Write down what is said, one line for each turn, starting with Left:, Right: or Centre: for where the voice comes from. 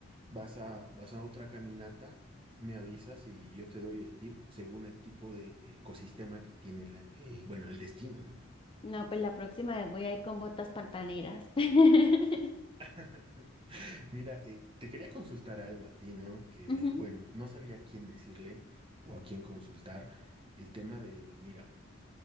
Right: Vas a, vas a otra caminata, me avisas y yo te doy el tip según el tipo de ecosistema que tiene la- el, bueno, el destino, ¿no?
Left: No, pues la próxima vez voy a ir con botas pantaneras. <laughs>
Right: <laughs> Mira, eh, te quería consultar algo a ti, ¿no? Que,
Left: Ujú,
Right: bueno, no sabía a quién decirle o a quién consultar. El tema de, mira,